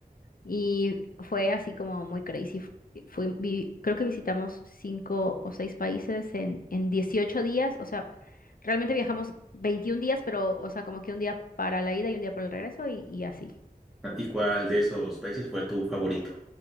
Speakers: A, on the left (about 65°); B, in the centre.
A: y fue así como muy crazy. Fu- Fui, vi- creo que visitamos cinco o seis países en, en 18 días. O sea, realmente viajamos 21 días, pero, o sea, como que un día para la ida y un día para el regreso y, y así.
B: ¿Y cuál de esos países fue tu favorito?